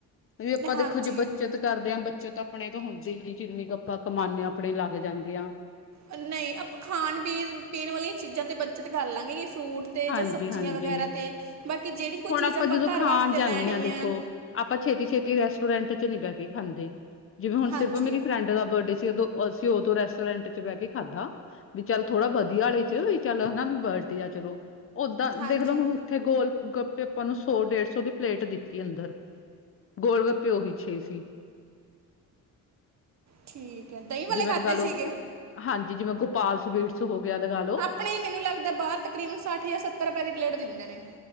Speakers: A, on the left; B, on the right.
A: ਵੀ ਅਪਾ
B: ਹਾਂਜੀ
A: ਦੇਖੋ ਜੇ ਬੱਚਤ ਕਰਦੇ ਆ ਬੱਚਤ, ਆਪਣੇ ਤੋਂ ਹੁੰਦੇ ਨੀ ਜਿੰਨੀ ਕ ਅਪਾ ਕਮਾਨੇ ਆ ਅਪਣੇ ਈ ਲੱਗ ਜਾਂਦਿਆ।
B: ਅ ਨਈ। ਅਪਾ ਖਾਣ ਪੀਣ-ਪੀਣ ਵਾਲੀਆਂ ਚੀਜ਼ਾਂ ਤੇ ਬੱਚਤ ਕਰ ਲਾਂਗੇ ਜ ਫਰੂਟ ਤੇ
A: ਹਾਂਜੀ
B: ਜਾਂ ਸਬਜ਼ੀਆਂ
A: ਹਾਂਜੀ
B: ਵਗੈਰਾ ਤੇ। ਬਾਕੀ ਜਿਹੜੀ ਕੋਈ
A: ਹੁਣ
B: ਚੀਜ਼ ਆਪਾਂ
A: ਜਦੋਂ
B: ਘਰ
A: ਖਾਣ
B: ਵਾਸਤੇ
A: ਜਾਂਦੇ
B: ਲੈਣੀ
A: ਹਾਂ ਦੇਖੋ
B: ਆ।
A: ਆਪਾਂ ਛੇਤੀ-ਛੇਤੀ ਰੈਸਟੋਰੈਂਟ 'ਚ ਨੀ ਬਹਿ ਕੇ ਖਾਂਦੇ, ਜਿਵੇਂ ਹੁਣ
B: ਹਾਂਜੀ
A: ਸਿਰਫ ਮੇਰੀ ਫਰੈਂਡ ਜਦੋ ਬਡੇ ਸੀ ਉਹਦਾ, ਉਦੋਂ ਅਸੀਂ ਉਦੋਂ ਰੈਸਟੋਰੈਂਟ 'ਚ ਬਹਿ ਕੇ ਖਾਧਾ, ਵੀ ਚੱਲ, ਥੋੜਾ ਵਧੀਆ ਵਾਲੇ 'ਚ ਤੇ ਵੀ ਚੱਲ ਹਨਾ ਵੀ ਬਡੇ ਆ ਚਲੋ। ਓਦਾਂ,
B: ਹਾਂਜੀ
A: ਦੇਖਲੋ ਹੁਣ ਉੱਥੇ ਗੋਲ ਗੱਪ ਪੇ ਅਪਾ ਨੂੰ, ਸੌ ਡੇਢ ਸੌ ਦੀ ਪਲੇਟ ਦਿੱਤੀ ਅੰਦਰ। ਗੋਲ ਗੱਪੇ ਉਹੀ ਛੇ ਸੀ।
B: ਠੀਕ ਐ। ਦਹੀਂ ਵਾਲੇ
A: ਜਿਵੇਂ
B: ਖਾਧੇ
A: ਲਗਾ ਲਓ
B: ਸੀਗੇ?
A: ਹਾਂਜੀ, ਜਿਵੇਂ ਗੋਪਾਲ ਸਵੀਟਸ ਹੋ ਗਿਆ, ਲਗਾ ਲਓ।
B: ਅਪਣੇ, ਮੈਨੂੰ ਲੱਗਦਾ ਬਾਹਰ ਤਕਰੀਬਨ ਸੱਠ ਜਾਂ ਸੱਤਰ ਰੁਪਏ ਦੀ ਪਲੇਟ ਦਿੰਦੇ ਨੇ।